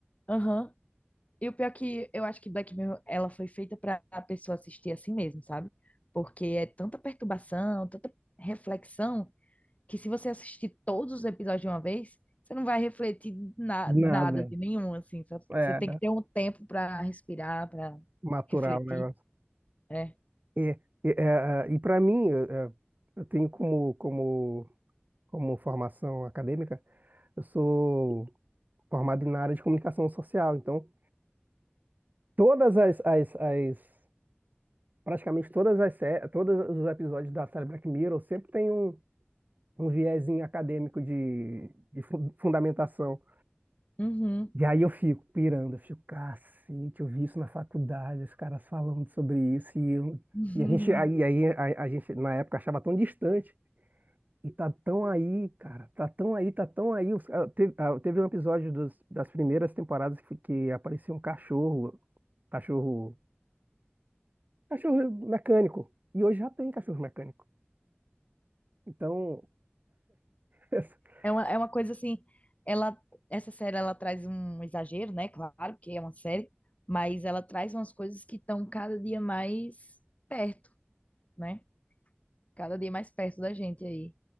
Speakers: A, on the left; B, on the right.
A: aham. E o pior é que eu acho que Black Mirror, ela foi feita para a pessoa assistir assim mesmo, sabe? Porque é tanta perturbação, tanta reflexão, que se você assistir todos os episódios de uma vez, você não vai refletir na-
B: Nada.
A: nada de nenhum, assim. Só-
B: É,
A: Você tem que ter um tempo para respirar, para
B: maturar
A: refletir,
B: o negócio.
A: né?
B: E, e, é, e para mim, eu, é, eu tenho como, como, como formação acadêmica, eu sou formado na área de comunicação social, então todas as, as, as praticamente todas as sé- todos os episódios da série Black Mirror sempre tem um, um viezinho acadêmico de, de fu- fundamentação.
A: Uhum.
B: E aí eu fico pirando, eu fico, cacete, eu vi isso na faculdade, os caras falando sobre isso, e, eu-
A: <laughs>
B: e a gente, aí, aí a, a gente na época achava tão distante, e tá tão aí, cara, tá tão aí, tá tão aí. Os- ah, teve, ah, teve um episódio dos- das primeiras temporadas que, que aparecia um cachorro, cachorro, cachorro mecânico, e hoje já tem cachorro mecânico. Então, <laughs>
A: É uma, é uma coisa assim, ela, essa série ela traz um exagero, né? Claro, porque é uma série, mas ela traz umas coisas que estão cada dia mais perto, né? Cada dia mais perto da gente aí.